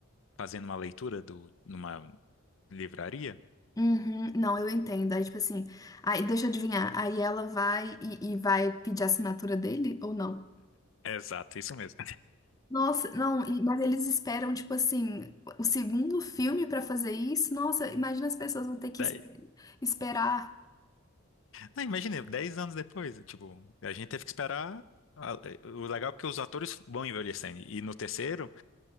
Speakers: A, on the left (about 65°); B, on the left (about 15°).
A: fazendo uma leitura do, numa livraria.
B: Uhum, não, eu entendo. Aí, tipo assim, aí deixa eu adivinhar. Aí ela vai e, e vai pedir a assinatura dele ou não?
A: Exato, isso mesmo.
B: Nossa, não, e- mas eles esperam, tipo assim, o segundo filme pra fazer isso. Nossa, imagina as pessoas vão ter que
A: <laughs>
B: es- esperar.
A: Não, imagina, 10 anos depois, tipo, a gente teve que esperar. a- O legal é que os atores vão envelhecendo. E no terceiro,